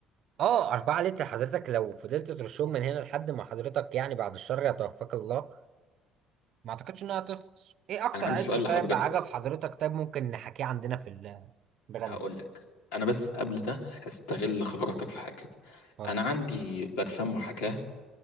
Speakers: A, on the right; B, on the left.
A: اه 4 لتر حضرتك لو فضلت ترشهم من هنا لحد ما حضرتك يعني بعد الشر يتوفاك الله ما اعتقدش انها هتخلص ايه اكتر
B: انا عندي
A: عطر
B: سؤال
A: طيب
B: لحضرتك
A: عجب حضرتك طيب ممكن نحكيه عندنا في البراند
B: هقول لك انا بس قبل ده هستغل خبراتك في حاجه
A: اتفضل.
B: انا عندي برفان محاكاه